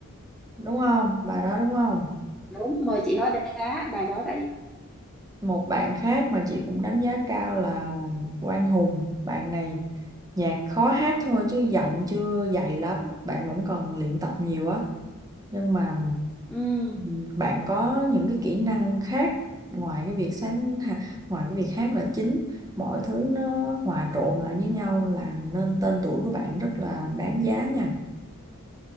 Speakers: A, on the right; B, in the centre.
A: đúng không bài đó đúng không
B: đúng mời chị hóa đá bài đó đấy
A: một bạn khác mà chị cũng đánh giá cao là Quang Hùng bạn này nhạc khó hát thôi chứ giọng chưa dày lắm bạn vẫn còn luyện tập nhiều á nhưng mà
B: ừ.
A: ừm, bạn có những cái kỹ năng khác ngoài cái việc sáng hà- ngoài cái việc hát là chính mọi thứ nó hòa trộn lại với nhau làm nên tên tuổi của bạn rất là đáng giá nha